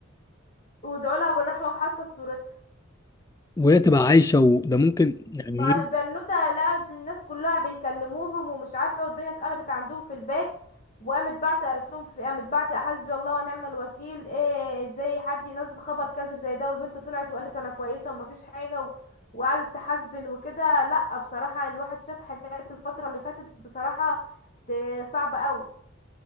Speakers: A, on the left; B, on the left.
A: وادعوا لها بالرحمة وحطت صورتها
B: وهي تبقى عايشة وده ممكن يعني
A: فالبنوتة
B: ايه
A: لقت الناس كلها بيكلموهم ومش عارفة ايه والدنيا اتقلبت عندهم في البيت وقامت بعت قالت لهم في قامت بعت حسبي الله ونعم الوكيل ايه ازاي حد ينزل خبر كاذب زي ده والبنت طلعت وقالت انا كويسة ومفيش حاجة و... وقعدت تحاسبن وكده لا بصراحة الواحد شاف حاجات الفترة اللي فاتت بصراحة ت- صعبة قوي